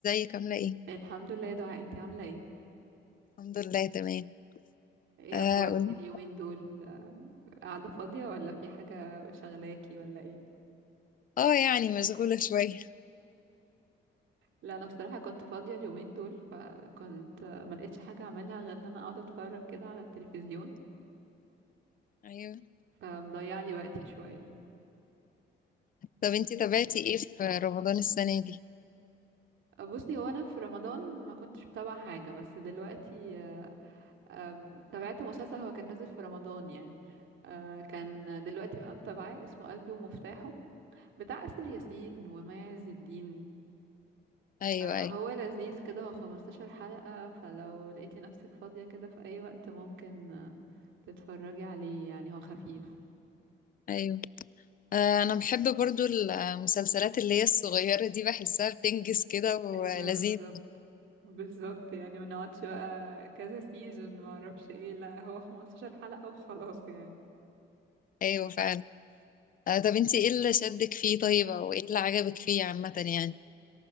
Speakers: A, on the left; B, on the right.
A: ازيك عاملة ايه؟
B: الحمد لله يا دعاء انتي عاملة ايه؟
A: الحمد لله تمام
B: ايه
A: اه
B: اخبارك
A: قول-
B: اليومين دول؟ آه، قاعدة فاضية ولا في حاجة شغلاكي ولا ايه؟
A: اه يعني مشغولة شوية
B: لا انا بصراحة كنت فاضية اليومين دول فكنت آه، ما لقيتش حاجة اعملها غير ان انا اقعد اتفرج كده على التلفزيون
A: ايوه
B: فمضيع لي وقتي شوية
A: طب انتي تابعتي ايه في رمضان السنة دي؟
B: آه، بصي هو انا في رمضان ما كنتش بتابع حاجة بس دلوقتي آه، آم، تابعت مسلسل هو كان نازل في رمضان يعني آه، كان دلوقتي بقى متابعاه اسمه قلبي ومفتاحه بتاع آسر ياسين ومي عز الدين
A: ايوه
B: هو
A: ايوه
B: لذيذ كده هو 15 حلقة فلو لقيتي نفسك فاضية كده في أي وقت ممكن آه، تتفرجي عليه يعني هو خفيف
A: ايوه آه انا بحب برضو المسلسلات اللي هي الصغيرة دي بحسها بتنجز كده ولذيذ
B: ايوه بالظبط بالظبط يعني ما نقعدش بقى كذا سيزون ما اعرفش ايه لا هو 15 حلقة وخلاص يعني
A: ايوه فعلا آه طب انتي ايه اللي شدك فيه طيب او ايه اللي عجبك فيه عامة يعني؟